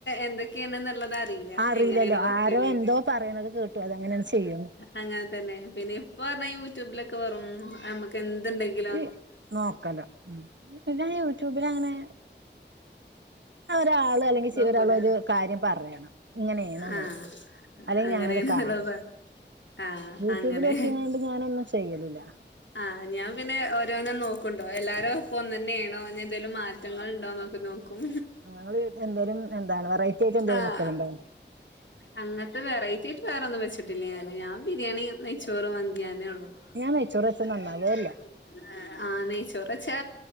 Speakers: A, on the left; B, on the right.
A: എന്തൊക്കെയാണ് എന്നുള്ളത് അറിയില്ല
B: അറിയില്ലല്ലോ
A: എങ്ങനെയാണ്
B: ആരോ
A: <unintelligible>
B: എന്തോ പറയണത് കേട്ടു അതങ്ങനെ ചെയ്യും
A: അങ്ങനെ തന്നെ പിന്നെ ഇപ്പൊ പറഞ്ഞാ യൂട്യൂബിലൊക്കെ വറും നമ്മക്ക് ക്കന്ത്‌ണ്ടെങ്കി
B: ഈ നോക്കല്ലോ പിന്നെ യൂട്യൂബിൽ അങ്ങനെ ഒരാള് അല്ലെങ്കിൽ
A: നോക്കൂല
B: ഒരാള ഒരു കാര്യം പറയണം ഇങ്ങനെയണ
A: ആഹ്
B: എന്നുള്ളത് അല്ലെങ്കിൽ
A: അങ്ങനെയാണ്ന്നുള്ളത്
B: ഞാനത് കാണണം
A: പറ ആഹ്
B: യൂട്യൂബിലൊക്കെങ്ങാണ്ട്
A: അങ്ങനെ
B: ഞാനൊന്നും ചെയ്യലില്ല
A: ആഹ് ഞാൻ പിന്നെ ഓരോന്നും നോക്കുണ്ടോ എല്ലാരും ഇപ്പ ഒന്ന് തന്നെയാണോ ഇനി എന്തേലും കുറ്റങ്ങൾ ഉണ്ടാവന്നൊക്കെ നോക്കും
B: ഞങ്ങള് എന്തേലും എന്താണ് വെറൈറ്റി ആയിട്ട് എന്തെങ്കലും
A: ആഹ്
B: വെക്കൽ ഉണ്ടോ
A: അങ്ങനത്തെ വെറൈറ്റി ആയിട്ട് വേറെൊന്നും വെച്ചിട്ടില്ലേ ഞാന് ഞാൻ ബിരിയാണി നെയ്ച്ചോറ് മന്തി യന്നെ ഉള്ളു
B: ഞാൻ നെയ്ച്ചോറ് വെച്ചാ
A: <unintelligible>
B: നന്നാവേല്ല
A: <unintelligible> ആഹ് നെയ്ച്ചോറ് വെച്ച്